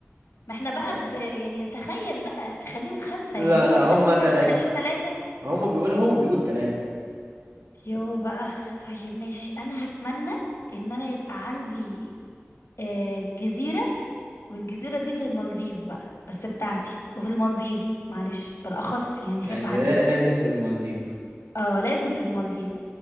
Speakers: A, on the left (about 80°); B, on the right (about 80°).
A: ما احنا
B: لا
A: بقى ب... يعني تخيل بقى خليهم خمسة
B: لا,
A: يعني يوم
B: لا
A: ما
B: هما
A: نتخيل
B: ثلاثة
A: نخليهم ثلاثة
B: هما بيقول هو بيقول ثلاثة
A: يو بقى طيب ماشي انا هتمنى ان انا يبقى عندي آه، جزيرة والجزيرة دي في المالديف بقى بس بتاعتي وفي المالديف معلش بالاخص يعني
B: يعني
A: احب احددها
B: لا- لازم في المالديف
A: اه لازم في المالديف